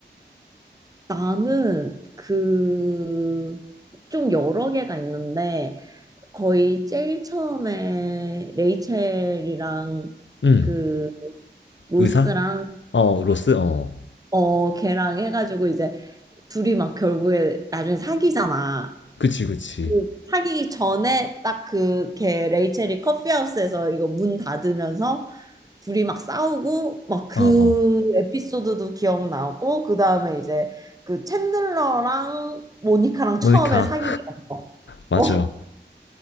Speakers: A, on the right (about 20°); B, on the left (about 80°).
A: 나는 그 좀 여러 개가 있는데 거의 제일 처음에 레이첼이랑
B: 응.
A: 그 로스랑
B: 의사? 어, 로스? 어.
A: 어 걔랑 해가지고 이제 둘이 막 결국에 나중에 사귀잖아.
B: 그치, 그치.
A: 그 사귀기 전에 딱 그 걔 레이첼이 커피하우스에서 이거 문 닫으면서 둘이 막 싸우고 막 그
B: 어, 어.
A: 에피소드도 기억나고 그 다음에 이제 그 챈들러랑 모니카랑 처음에
B: 모니카.
A: 사귀게 된 거.
B: <laughs> 맞아.
A: 어,